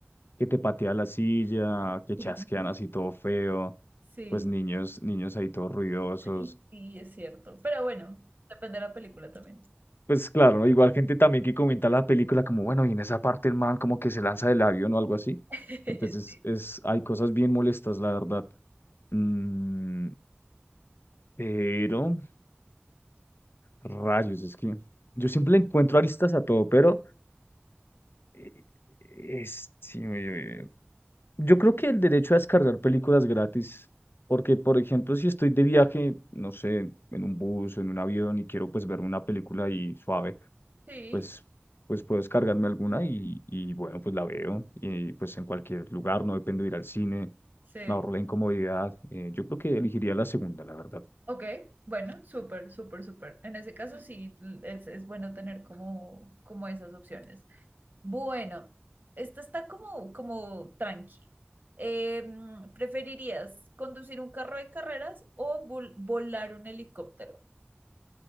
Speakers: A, on the left; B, on the right.
A: que te patea la silla, que
B: <laughs>
A: chasquean así todo feo,
B: Sí,
A: pues niños, niños ahí todos ruidosos.
B: sí, sí, es cierto. Pero bueno, depende de la película también.
A: Pues claro, ¿no? Igual gente también que comenta la película como, bueno, y en esa parte el man como que se lanza del avión o algo así.
B: <laughs>
A: Entonces,
B: Sí,
A: es, hay cosas bien molestas, la verdad. Mm, pero, rayos, es que yo siempre le encuentro aristas a todo, pero eh, es, sí, me- yo, creo que el derecho a descargar películas gratis, porque, por ejemplo, si estoy de viaje, no sé, en un bus o en un avión y quiero pues ver una película ahí suave
B: sí,
A: pues, pues puedo descargarme alguna y, y bueno, pues la veo y pues en cualquier lugar, no dependo de ir al cine,
B: sí.
A: me ahorro la incomodidad. eh, yo creo que elegiría la segunda, la verdad.
B: Ok, bueno, súper, súper, súper. En ese caso sí, es, es bueno tener como, como esas opciones. Bueno, esta está como, como tranqui. Em, ¿preferirías conducir un carro de carreras o vol- volar un helicóptero?